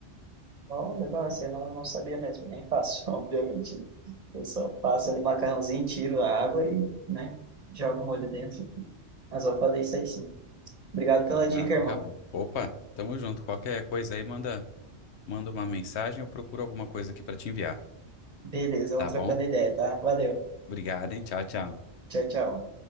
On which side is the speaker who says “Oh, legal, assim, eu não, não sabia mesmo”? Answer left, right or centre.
Right